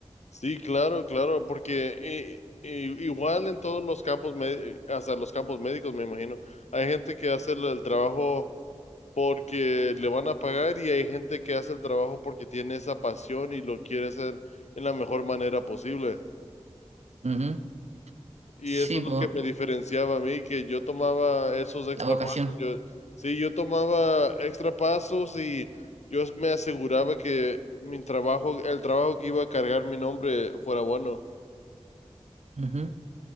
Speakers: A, on the left; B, on the right.
A: Sí, claro, claro, porque i- i- igual en todos los campos, me- hasta los campos médicos, me imagino, hay gente que hace el el trabajo porque le van a pagar y hay gente que hace el trabajo porque tiene esa pasión y lo quiere hacer en la mejor manera posible.
B: <laughs> Ujú.
A: Y
B: Sí,
A: eso es
B: pues.
A: lo que me diferenciaba a mí, que yo tomaba esos extra
B: la vocación.
A: pasos. Yo, sí, yo tomaba extra pasos y yo me aseguraba que mi trabajo, el trabajo que iba a cargar mi nombre fuera bueno.
B: Ujú.